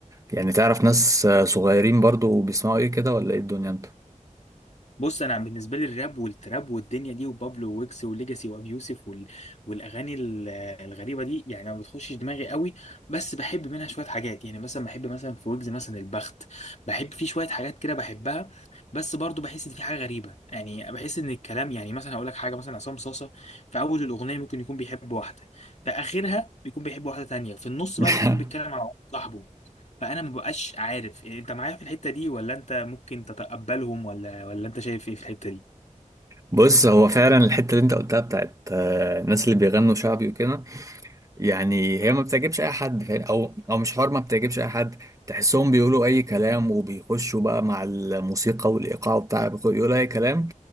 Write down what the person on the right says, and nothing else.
يعني تعرف ناس آه، صغيرين برضو بيسمعوا ايه كده ولا ايه الدنيا انت
<laughs>
بص هو فعلا الحتة اللي انت قلتها بتاعت آه، الناس اللي بيغنوا شعبي وكده يعني هي ما بتعجبش اي حد فا- او او مش حوار ما بتعجبش اي حد تحسهم بيقولوا اي كلام وبيخشوا بقى مع الموسيقى والايقاع بتاع يقولوا اي كلام